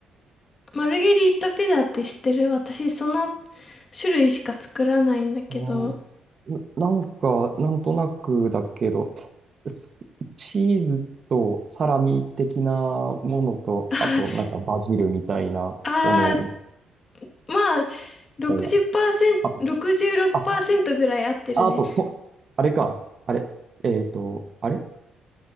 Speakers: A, on the left; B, on the right.
A: マルゲリータピザって知ってる私、その種類しか作らないんだけど。
B: ああー、
A: <laughs>
B: な、なんか、なんとなくだけど、スチーズとサラミ的なものと、
A: あ
B: あと、なんかバジルみたいなもの
A: あ、まあ、6セ6
B: みたいな。あと、
A: トろくじゅうろくパーセントぐらい合ってるね。
B: あ、ああと、と、あれか。あれ。えっと、あれ